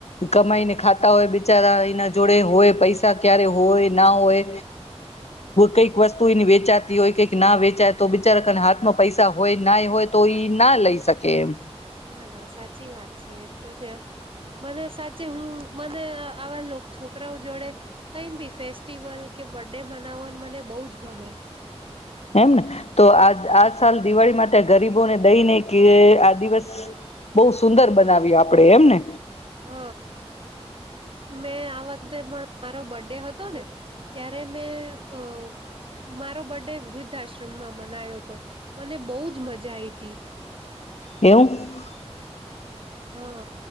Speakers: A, on the left; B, on the right.
A: અ કમાઈને ખાતા હોય બિચારા એના જોડે હોય પૈસા ક્યારે હોય ના હોય. કઈક વસ્તુ એની વેચાતી હોય, કંઈક ના વેચાય તો બિચારાના હાથમાં પૈસા હોય ના હોય, તો એઈ ના લઈ શકે એમ.
B: ના ના, સાચી વાત છે. એ તો છે મને સાચે હું મને આવા લોક છોકરાઓ જોડે કઈ બી ફેસ્ટિવલ કે બરડે મનાવવાનું મને બહુ જ ગમે.
A: એમને તો આ આ સાલ દિવાળી માટે ગરીબોને દઈને કે, આ દિવસ બહુ સુંદર બનાવી આપડે, એમ ને?
B: હ, મેં આ વખતે પણ મારો બર્થડે હતો ને ત્યારે મેં અહ મારો બર્થડે વૃદ્ધાશ્ર મ માં બનાયો હતો. મને બહુ જ મજા આઈ તી.
A: એવું?
B: હ,